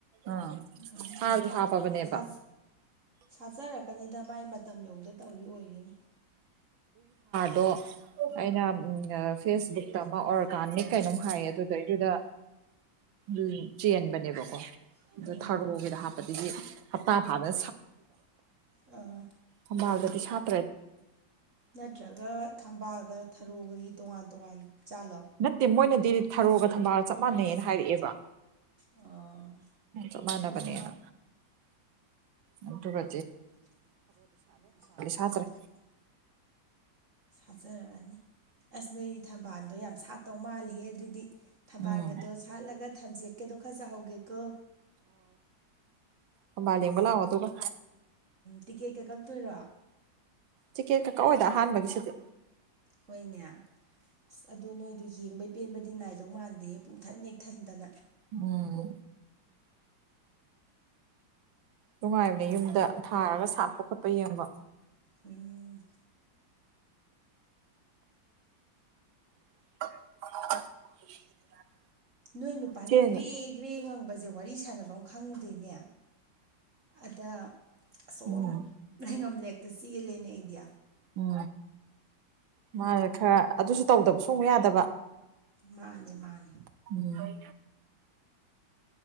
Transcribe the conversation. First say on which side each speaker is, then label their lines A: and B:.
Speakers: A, on the right; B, on the right.
A: ꯑꯥ
B: ꯎ
A: ꯍꯥꯔꯁꯨ ꯍꯥꯞꯄꯕꯅꯦꯕ
B: ꯆ ꯆꯥꯖꯔ ꯀꯀꯅꯤꯗ ꯃꯥꯏ ꯃꯇꯝ ꯌꯧꯗ ꯇꯧꯔꯤ ꯑꯣꯏꯔꯤꯅꯤ
A: ꯑꯗꯣ ꯑꯩꯅ ꯐꯦꯁꯕꯨꯛꯇ ꯑꯃ ꯑꯣꯔꯒꯥꯅꯤꯛ ꯀꯩꯅꯣꯝ ꯍꯥꯏꯌꯦ ꯑꯗꯨꯗꯩꯗꯨꯗ ꯎꯝ ꯆꯦꯟꯕꯅꯦꯕꯀꯣ
B: ꯎꯝ
A: ꯑꯗ ꯊꯔꯣꯒꯤꯗ ꯍꯥꯞꯄꯗꯒꯤ ꯍꯞꯇꯥ ꯐꯥꯗ
B: ꯑꯥ
A: ꯊꯝꯕꯥꯜꯒꯗꯤ ꯁꯥꯠ
B: ꯅꯠꯇ꯭ꯔꯒ ꯊꯝꯕꯥꯜꯒ ꯊꯔꯣꯒꯒꯤ ꯇꯣꯉꯥꯟ ꯇꯣꯉꯥꯟ ꯖꯥꯠꯂꯣ
A: ꯅꯠꯇꯦ ꯃꯣꯏꯅꯗꯤ ꯊꯔꯣꯒ ꯊꯝꯕꯥꯜꯒ ꯆꯞ ꯃꯥꯟꯅꯩꯅ ꯍꯥꯏꯔꯛꯑꯦꯕ
B: ꯑꯣ,
A: ꯁꯃꯥꯟꯅꯕꯅꯦꯅ ꯑꯗꯨꯒꯥ
B: ꯑꯗꯨꯕꯗꯤ ꯊꯕꯗꯤ ꯁꯗꯦ ꯊꯝꯗꯁꯖꯤ
A: ꯁꯥꯠꯇ꯭ꯔꯦ
B: ꯍꯥꯥꯆꯔꯛꯑꯅꯤ ꯑꯁ ꯅꯣꯏꯗꯤ ꯊꯝꯕꯥꯜꯗꯣ ꯌꯥꯝ ꯁꯥꯠꯇꯧ ꯃꯥꯜꯂꯤꯍꯦ ꯑꯗꯨꯏꯗꯤ ꯊꯝꯕꯥꯜꯒꯗꯣ
A: ꯎꯝ
B: ꯁꯥꯠꯂꯒ ꯊꯝꯖꯦꯠꯀꯦꯗꯣ ꯈꯔ ꯆꯍꯧꯒꯦꯀꯣ
A: ꯍꯕꯥꯂꯤꯌꯥꯕꯂꯑꯣ ꯇꯒ
B: ꯇꯤꯀꯦ ꯀꯒ ꯇꯣꯏꯔꯣ
A: ꯇꯤꯀꯦꯠ ꯀ ꯀꯛꯑꯣꯏꯗ ꯑꯍꯥꯟꯕꯒꯤꯁꯤꯗꯤ
B: ꯍꯣꯏꯅꯦ ꯑꯁ ꯑꯗꯨ ꯅꯣꯏꯗꯨ ꯌꯦꯡꯕꯩ ꯄꯦꯟꯕꯗꯤ ꯅꯥꯏꯗꯧ ꯃꯥꯟꯗꯦꯍꯦ ꯄꯨꯡꯊꯠ ꯅꯦꯛꯊꯟꯗꯅ
A: ꯑꯣ ꯅꯨꯡꯉꯥꯏꯕꯅꯦ ꯌꯨꯝꯗ ꯊꯥꯔꯒ ꯁꯥꯠꯄ ꯈꯣꯠꯄ ꯌꯦꯡꯕ
B: ꯎꯝ
A: <unintelligible>
B: ꯅꯣꯏ ꯅꯨꯄꯥ
A: ꯆꯦꯟ
B: ꯅꯪꯒ꯭ꯔꯦ ꯒ꯭ꯔꯦ ꯉꯉ ꯕꯁꯦ ꯋꯥꯔꯤ ꯁꯥꯟꯅꯕ ꯑꯃ ꯈꯪꯗꯦꯅꯦ ꯑꯗ ꯑꯁꯣꯝ
A: ꯎꯝ
B: ꯍꯩꯉꯝꯂꯦꯛꯇ ꯆꯦꯜꯂꯦꯅꯦ ꯑꯩꯗꯤ
A: ꯎꯝ ꯃꯥꯅꯦꯦ ꯈꯔ ꯑꯗꯨꯁꯨ ꯇꯧꯗꯕ ꯁꯨꯡ ꯌꯥꯗꯕ
B: ꯃꯥꯅꯤ ꯃꯥꯅꯤ
A: ꯑꯣ